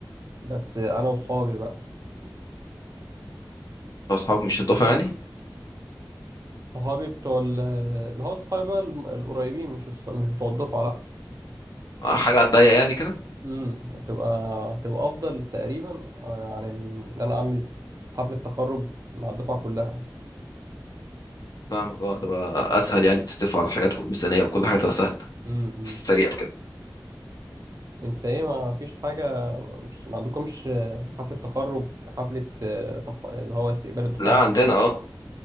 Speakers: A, on the right; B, on the left.
A: بس انا وصحابي بقى <coughs>
B: واصحابك مش هتضافة يعني
A: صحابي بتوع ال- اللي هو صحابي بقى الم- القريبين مش الص- مش بتوع الدفعه لا
B: آه، حاجة على الضيق يعني كده
A: امم هتبقى هتبقى افضل تقريبا آه، عن ال- ان انا اعمل حفله تخرج مع الدفعه كلها
B: فاهمك اه تبقى اسهل يعني تتفق على الحاجات والميزانية وكل حاجة تبقى سهلة
A: امم
B: في السريع كده
A: انت ايه ما فيش حاجة مش ما عندكمش حفلة تخرج حفلة آه، تخ... اللي هو استقبال الدفعة
B: لا
A: الجديدة
B: عندنا
A: كده
B: اه